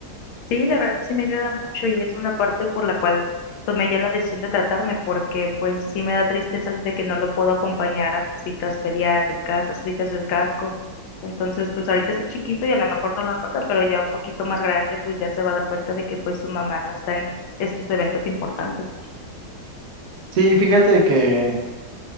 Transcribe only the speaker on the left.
Sí, la verdad sí me ayuda mucho y es una parte por la cual tomé ya la decisión de tratarme, porque pues sí me da tristeza de que no lo puedo acompañar a sus citas pediátricas, a sus citas del casco. Entonces, pues ahorita está chiquito y a lo mejor no lo nota, pero ya un poquito más grande, pues ya se va a dar cuenta de que pues su mamá no está en estos eventos importantes.